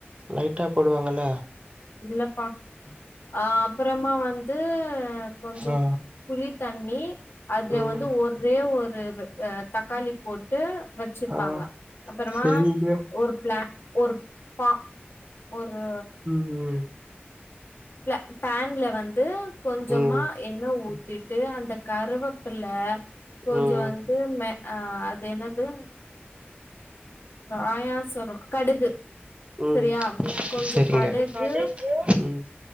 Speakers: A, on the right; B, on the left.
A: லைட்டா போடுவாங்கல
B: இல்லப்பா அ அப்பறமா வந்து கொஞ்சோ
A: ஆ
B: புளி தண்ணி அதுல
A: ம்
B: வந்து ஒரே ஒரு வ அ தக்காளி போ ட்டு வெச்சிப்பாங்க
A: ஆ
B: அப்பறமா
A: செரிங்க
B: ஒரு பிளா ஒரு பா ஒரு
A: ம்.
B: இல பேன்ல வந்து கொஞ்சமா
A: ம்
B: என்ன ஊத்திட்டு அந்த கருவப்பில்ல கொஞ்சோ
A: ம்
B: வந் து மெ அ அது என்னது பாயாசுரோ கடுகு
A: ம்
B: செரியாம் கொஞ்சோ
A: செரிங்க
B: கடுகு
A: ம்